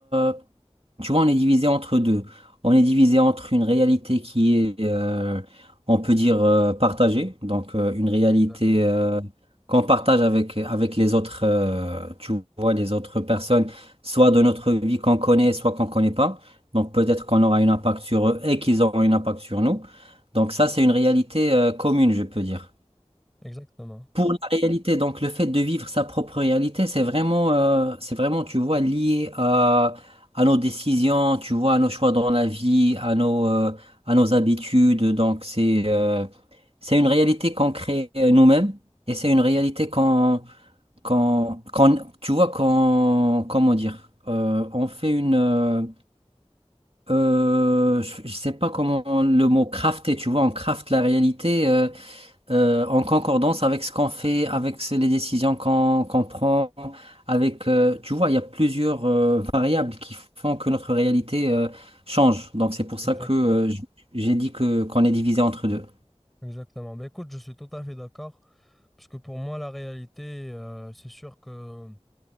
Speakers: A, on the right; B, in the centre.
A: euh, tu vois, on est divisé entre deux. On est divisé entre une réalité qui est, euh, on peut dire, euh, partagée, donc euh, une réalité
B: Exact.
A: euh, qu'on partage avec, avec les autres, euh, tu vois, les autres personnes, soit de notre vie qu'on connaît, soit qu'on ne connaît pas. Donc peut-être qu'on aura un impact sur eux et qu'ils auront un impact sur nous. Donc ça, c'est une réalité euh, commune, je peux dire.
B: Exactement.
A: Pour la réalité, donc le fait de vivre sa propre réalité, c'est vraiment, euh, c'est vraiment, tu vois, lié à, à nos décisions, tu vois, à nos choix dans la vie, à nos, euh, à nos habitudes. Donc c'est, euh, c'est une réalité qu'on crée euh, nous-mêmes et c'est une réalité qu'on, qu'on, qu'on- tu vois, qu'on, comment dire, euh, on fait une, euh, euh, je, je sais pas comment le mot crafter, tu vois, on crafte la réalité. euh, euh, en concordance avec ce qu'on fait, avec ce- les décisions qu'on qu'on prend, avec, euh, tu vois, il y a plusieurs euh, variables qui font que notre réalité euh, change. Donc c'est pour ça
B: Exact.
A: que euh, j- j'ai dit que qu'on est divisé entre deux.
B: Exactement. Ben, écoute, je suis tout à fait d'accord parce que pour moi, la réalité, euh, c'est sûr que,